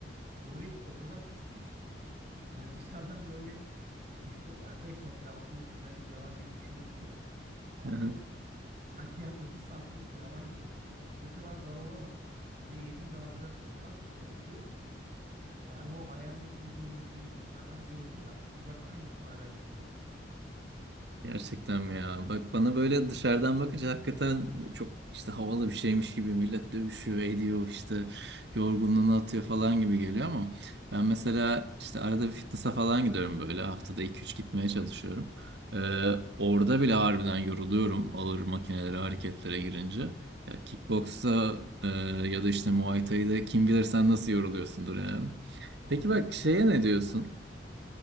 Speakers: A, on the right; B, on the right.
A: O ring o kadar küçükmüş ki. Hani dışarıdan böyle işte 3 ya beş metre 6 metrekarelik bir alan gibi düşünüyorsun ya. Abi
B: Aha.
A: yok ya. Sanki yani 30 santimlik bir alan gibi. O kadar dar olamaz. Ve yediğin darbeler o kadar çok acıtıyor ki. Yani o hayalini kurduğun ne bileyim dışarıdan gördüğünle uzaktan yakından alakası yok.
B: Gerçekten mi ya? Bak bana böyle dışarıdan bakınca hakikaten çok işte havalı bir şeymiş gibi millet dövüşüyor, ediyor işte yorgunluğunu atıyor falan gibi geliyor ama ben mesela işte arada bir fitness'a falan gidiyorum böyle haftada iki üç gitmeye çalışıyorum. Ee, orada bile harbiden yoruluyorum ağır makinelere, hareketlere girince. Ya kickboksta e, ya da işte Muay Thai'de kim bilir sen nasıl yoruluyorsundur yani.
A: Mahvediyor.
B: Peki bak şeye
A: Gerçekten
B: ne diyorsun?
A: mahveden bir şey.